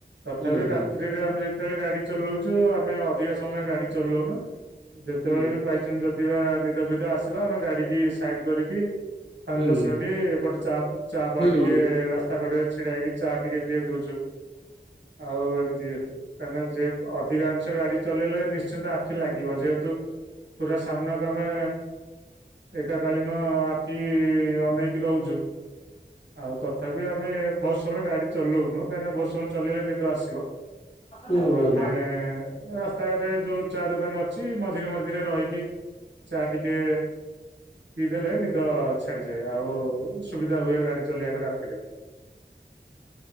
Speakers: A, on the right; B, on the left.
A: ତଥାପି
B: ହୁଁ ହୁଁ
A: ରାତିରେ ଆମେ ଯେତେବେଳେ ଗାଡି ଚଲଉଛୁ ଆମେ ଅଧିକ ସମୟ ଗାଡି ଚଲଉନୁ। ଯେତେବେଳେ
B: ହୁଁ
A: ବି ବାଇଚାନ୍ସ ଯଦିିବା ନିଦ ବିଦ ଆସିଲା। ଆମେ ଗାଡି କି ସାଇଡ କରିକି ପାଞ୍ଚ
B: ହୁଁ
A: ଦଶ ମିନିଟି ଏପଟେ ଚାପ ଚାପ ଟିକେ
B: ହୁଁ ହୁଁ ହୁଁ ହୁଁ ହୁଁ ହୁଁ ହୁଁ
A: ରାସ୍ତା କଡରେ ଛିଡା ହେଇକି ଚା ଟିକେ ପିଏ ଦୋଉଚୁ। ଆଉ ଏମିତି କ ସେ ଅଧିକା ଣିଷ ଗାଡି ଚଲେଇଲେ, ନିଶ୍ଚିନ୍ତ ଆଖି ଲାଗିବ ଯେହେତୁ ପୁରା ସାମ୍ନାକୁ ଆମେ ଏକା କଳୀନ ଆଖି ଅନେଇକି ରହୁଚୁ। ଆଉ ତଥାପି ଆମେ ବହୁତ ସମୟ ଗାଡି ଚଲଉନୁ କାହିଁକିନା ବହୁତ ସମୟ ଚଲେଇଲେ ନିଦ ଆସିବ।
B: ହୁଁ
A: ଆଉ ଆମେ
B: ହୁଁ
A: ରା ତାରେ ଯୋଉ ଚା ଦୋକାନ ଅଛି। ମଝିରେ ମଝିରେ ରହିକି ଚା ଟିକେ ପିଇ ଦେଲେ ନିଦ ଛାଡିଯାଏ। ଆଉ ସୁବିଧା ହୁଏ। ଗାଡି ଚଲେଇବାକୁ ରାତିରେ।